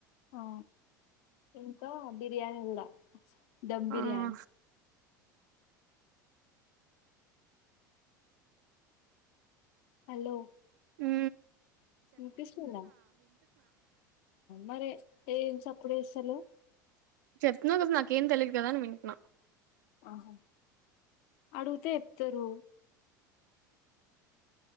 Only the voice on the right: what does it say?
ఆ
హు
చెప్తున్నావు కదా, నాక ఏం తెలియదు కదా అని వింటున్నా.